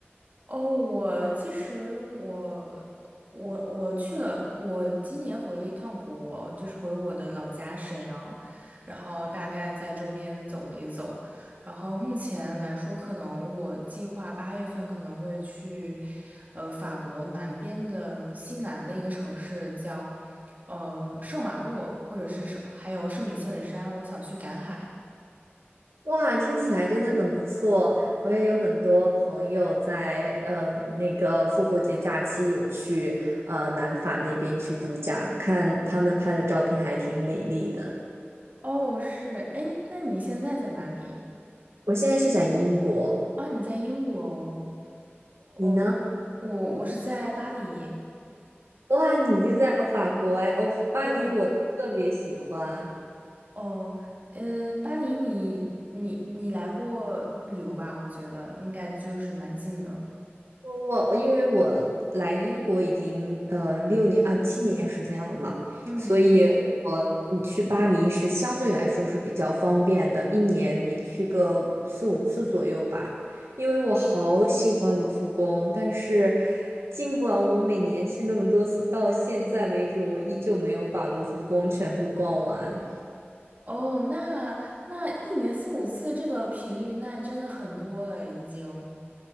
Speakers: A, on the right (about 40°); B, on the right (about 80°).
A: 哦，我其实我我我去了，我今年回了一趟国，就是回我的老家沈阳，然后大概在周边走了一走，然后目前来说，可能我计划八月份可能会去，呃，法国南边的西南的一个城市叫，呃，圣马洛，或者是圣还有圣米歇尔山，我想去赶海。
B: 哇，听起来真的很不错。我也有很多朋友在呃那个复活节假期有去呃南法那边去度假，看他们拍的照片还挺美丽的。
A: 哦，是，哎，那你现在在哪里？
B: 我现在是在英国，
A: 啊，你在英国哦。哦，
B: 你呢？
A: 我我是在巴黎。
B: 哇，你就在法国哎，我巴黎我特别喜欢。
A: 对，哦，嗯，巴黎你你你来过旅游吧？我觉得应该就是蛮近的。
B: 我因为我来英国已经呃六年啊七年时间了嘛，
A: 嗯，
B: 所以我你去巴黎是相对来说是比较方便的，一年你去个四五次左右吧。因为我好喜欢卢浮宫，但是尽管我每年去那么多次，到现在为止我依旧没有把卢浮宫全部逛完。
A: 哦，那那一年四五次这个频率，那真的很多了已经。